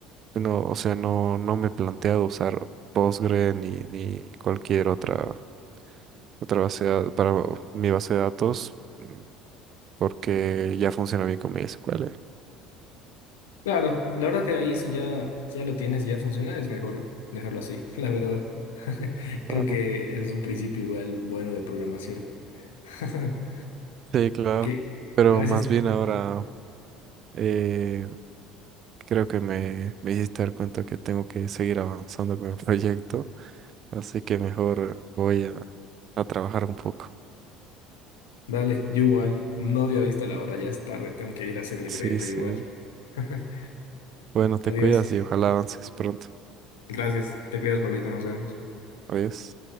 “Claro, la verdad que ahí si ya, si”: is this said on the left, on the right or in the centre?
Left